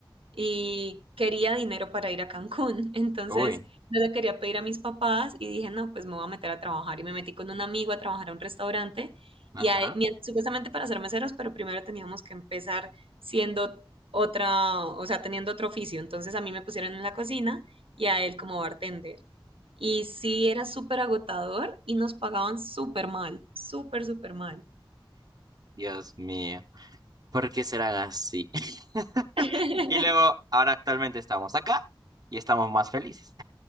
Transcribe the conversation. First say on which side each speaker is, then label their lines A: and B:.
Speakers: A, on the right; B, on the right.
A: y quería dinero para ir a Cancún. <laughs> Entonces,
B: Uy,
A: no le quería pedir a mis papás y dije, no, pues me voy a meter a trabajar. Y me metí con un amigo a trabajar a un restaurante
B: ajá.
A: y ahí- mi- supuestamente para ser meseros, pero primero teníamos que empezar siendo otra, o sea, teniendo otro oficio. Entonces, a mí me pusieron en la cocina y a él como bartender. Y sí, era súper agotador y nos pagaban súper mal, súper, súper mal.
B: Dios mío, ¿por qué serán así? <laughs>
A: <laughs>
B: Y luego, ahora actualmente estamos acá y estamos más felices.